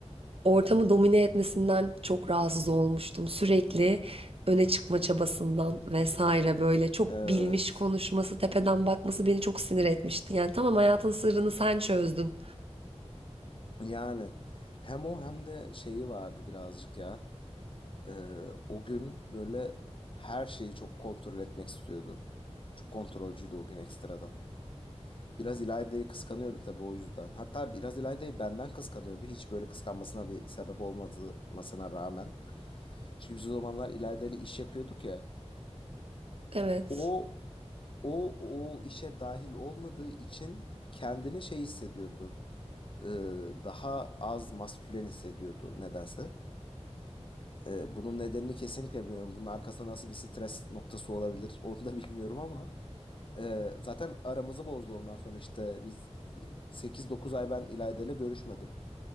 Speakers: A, on the right; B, on the left.
A: ortamı domine etmesinden çok rahatsız olmuştum. Sürekli öne çıkma çabasından vesaire böyle çok
B: Evet.
A: bilmiş konuşması, tepeden bakması beni çok sinir etmişti. Yani tamam hayatın sırrını sen çözdün.
B: Yani hem o hem de şeyi vardı birazcık ya. Ee, o gün böyle her şeyi çok kontrol etmek istiyordu. Çok kontrolcüydü o gün ekstradan. Biraz İlayda'yı kıskanıyordu tabii o yüzden. Hatta biraz İlayda'yı benden kıskanıyordu. Hiç böyle kıskanmasına bir sebep olmadığımasına rağmen. Çünkü biz o zamanlar İlayda ile iş yapıyorduk ya.
A: Evet.
B: O o o işe dahil olmadığı için kendini şey hissediyordu. Ee, daha az maskülen hissediyordu nedense. Ee, bunun nedenini kesinlikle bilmiyorum. Bunun arkasında nasıl bir stres noktası olabilir onu da bilmiyorum ama e, zaten aramızı bozdu ondan sonra işte biz e, sekiz dokuz ay ben İlayda ile görüşmedim